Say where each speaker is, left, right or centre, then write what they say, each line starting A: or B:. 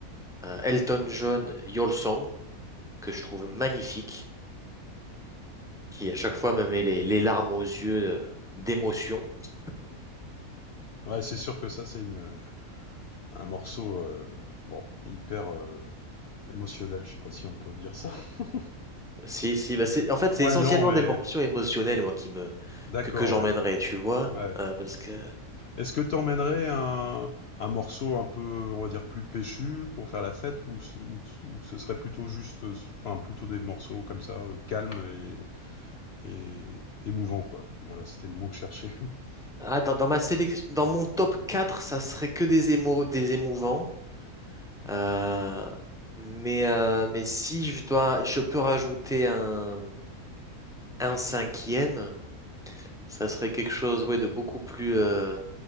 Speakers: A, in the centre; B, on the left (about 60°).
A: euh, Elton John, Your Song, que je trouve magnifique, qui à chaque fois me met les, les larmes aux yeux euh, d'émotion. <laughs>
B: Ouais, c'est sûr que ça, c'est une... un morceau euh, bon, hyper euh, émotionnel, je sais pas si on peut dire ça. <laughs>
A: Si, si, bah c'est, en fait, c'est
B: Poignant
A: essentiellement
B: et
A: des morceaux émotionnels, moi, qui me,
B: d'accord,
A: que, que j'emmènerai,
B: ouais.
A: tu vois,
B: Ouais.
A: euh, parce que
B: Est-ce que t'emmènerais un, un morceau un peu, on va dire, plus péchu pour faire la fête ou, c- ou- ou ce serait plutôt juste, euh, enfin, plutôt des morceaux comme ça, euh, calmes et, et émouvants, quoi. Voilà, c'était le mot que je cherchais. <laughs>
A: Ah, dans, dans ma sélection, dans mon top 4, ça serait que des émo, des émouvants. Euh, mais, euh, mais si je dois, je peux rajouter un, un cinquième, ça serait quelque chose, ouais, de beaucoup plus, euh,